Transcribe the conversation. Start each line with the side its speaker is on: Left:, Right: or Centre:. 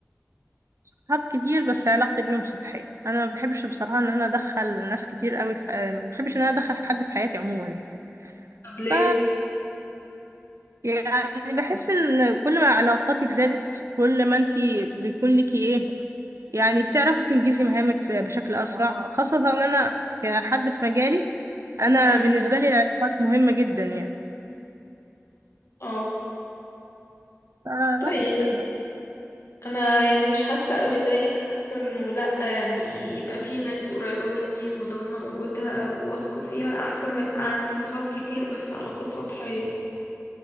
Right: صحاب كتير بس علاقتي بيهم سطحية أنا ما بحبش بصراحة إن أنا أدخل ناس كتير قوي في ما بحبش إن أنا أدخل حد في حياتي عموما يعني
Left: طب ليه
Right: ف يعني بحس إن كل ما علاقاتك زادت كل ما أنتي بيكون ليكي إيه يعني بتعرفي تنجزي مهامك في- بشكل أسرع خاصة إن أنا كحد في مجالي أنا
Left: امم
Right: بالنسبة لي العلاقات مهمة جدا يعني
Left: اه
Right: فبس
Left: طيب انا يعني مش حاسه قوي زيك حاسه انه لا يعني يبقى في ناس قريبه مني وضامنه وجودها وواثقه فيها احسن ما يبقى عندي صحاب كتير بس علاقات سطحيه